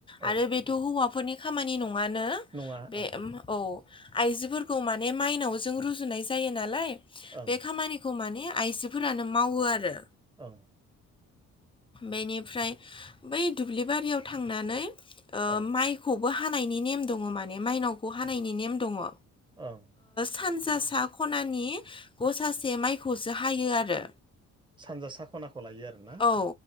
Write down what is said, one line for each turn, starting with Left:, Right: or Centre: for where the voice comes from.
Right: औ
Left: आरो बेथ' हौवाफोरनि खामानि नङानो
Right: नङा
Left: बे
Right: ओं
Left: औ आइजोफोरखौ माने माइनाव जों रुजुनाय जायो नालाय
Right: ओं
Left: बे खामानिखौ माने आइजोफोरानो मावो आरो
Right: औ।
Left: बेनिफ्राय बै दुब्लिबारियाव थांनानै ओ
Right: औ
Left: माइखौबो हानायनि नेम दङ माने माइनावखौ हानायनि नेम दङ
Right: ओं।
Left: सानजासा खनानि गसासे माइखौसो हायो आरो
Right: सानजा सा खनाखौ लायो आरोना
Left: औ